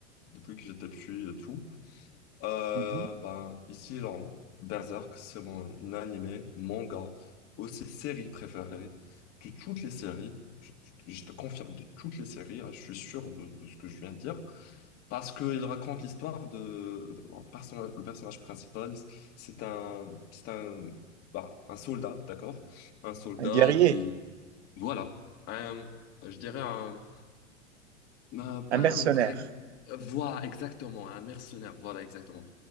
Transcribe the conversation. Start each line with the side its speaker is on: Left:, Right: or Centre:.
Left: depuis que j'étais petit et tout. Euh,
Right: Mhm.
Left: ben, ici, dans Berserk, c'est mon animé, manga, aussi série préférée de toutes les séries. Je, je- je te confirme de toutes les séries, hein, je suis sûr de, de ce que je viens de dire. Parce qu'il raconte l'histoire de... Le personnage, le personnage principal, c'est un, c'est un, bah, un soldat, d'accord? Un soldat
Right: Un guerrier,
Left: qui... Voilà. Un- je dirais un... un- pas
Right: un mercenaire.
Left: un vrai... Voilà, exactement, un mercenaire, voilà, exactement.